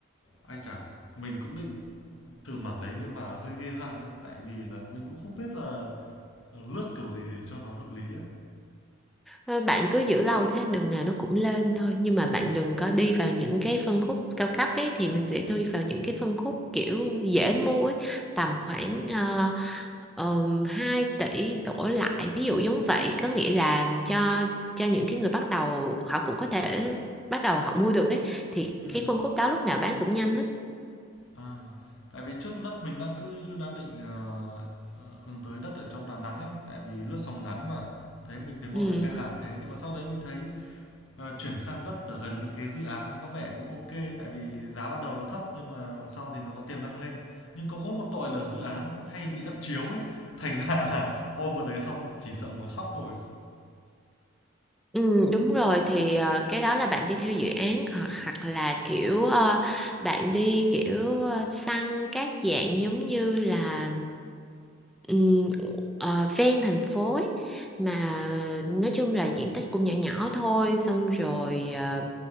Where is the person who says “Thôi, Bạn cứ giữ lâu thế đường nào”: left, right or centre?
Centre